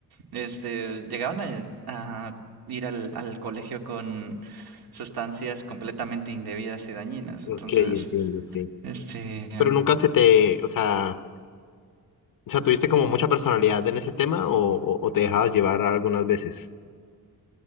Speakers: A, on the right; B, on the left.
A: este, llegaban a, a ir al, al colegio con sustancias completamente indebidas y dañinas,
B: Ok,
A: entonces,
B: entiendo, sí.
A: este...
B: Pero nunca se te, o sea, o sea, ¿tuviste como mucha personalidad en ese tema o, o, o te dejabas llevar algunas veces?